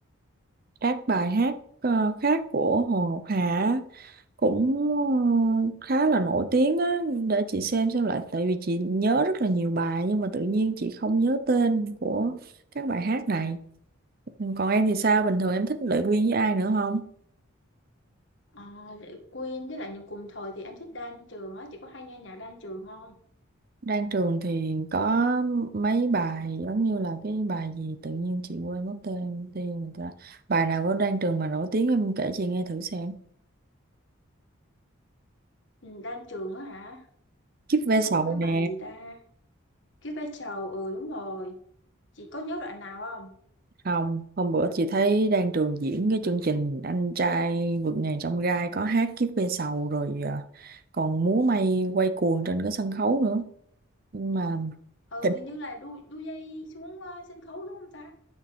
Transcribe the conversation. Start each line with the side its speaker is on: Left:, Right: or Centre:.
Right: các bài hát ờ, khác của Hồ Ngọc Hà á, cũng ờ, khá là nổi tiếng á, để chị xem xem lại tại vì chị nhớ rất là nhiều bài nhưng mà tự nhiên chị không nhớ tên của các bài hát này. Ừ, Còn em thì sao? Bình thường em thích Lệ Quyên với ai nữa không?
Left: À, Lệ Quyên với lại những cùng thời thì em thích Đan Trường á, chị có hay nghe nhạc Đan Trường không?
Right: Đang trường thì có mấy bài giống như là cái bài gì tự nhiên chị quên mất tên tên người ta. Bài nào của Đan Trường mà nổi tiếng em kể chị nghe thử xem.
Left: Ừ, Đan Trường á hả?
Right: Kiếp ve sầu
Left: Có một cái bài
Right: nè.
Left: gì ta? cái vai trò ừ đúng rồi chị có nhớ đoạn nào không
Right: Không, hôm bữa chị thấy Đan Trường diễn cái chương trình Anh trai vượt ngàn chông gai có hát Kiếp ve sầu rồi à, còn múa may quay cuồng trên cái sân khấu nữa. Nhưng mà
Left: ừ
Right: tình
Left: hình như là đu đu dây xuống ờ, sân khấu đúng không ta